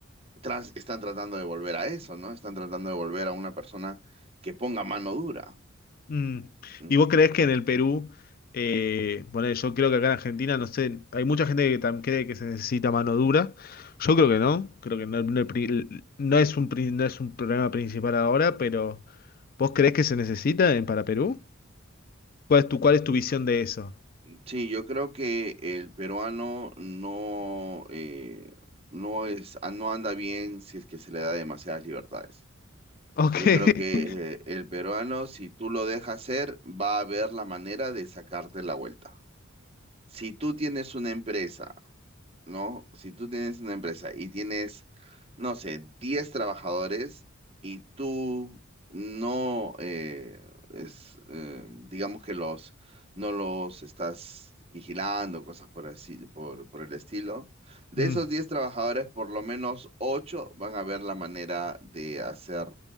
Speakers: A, on the right; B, on the left.
A: tras- están tratando de volver a eso, ¿no? Están tratando de volver a una persona que ponga mano dura.
B: Mm.
A: Mm.
B: ¿Y vos creés que en el Perú, eh, bueno, yo creo que acá en Argentina, no sé, hay mucha gente que tam- cree que se necesita mano dura. Yo creo que no, creo que no, no el pri- no es un, pri- no es un problema principal ahora, pero ¿vos creés que se necesita en- para Perú? ¿Cuál es tu, cuál es tu
A: mm,
B: visión de eso?
A: Sí, yo creo que el peruano no, eh, no es, ah, no anda bien si es que se le da demasiadas libertades.
B: Ok.
A: Yo creo que
B: <laughs>
A: eh, el peruano, si tú lo dejas ser, va a ver la manera de sacarte la vuelta. Si tú tienes una empresa ¿no? Si tú tienes una empresa y tienes, no sé, 10 trabajadores y tú no, eh, es, eh, digamos que los, no los estás vigilando, cosas por así, por, por el estilo, de
B: Mm.
A: esos 10 trabajadores, por lo menos 8 van a ver la manera de hacer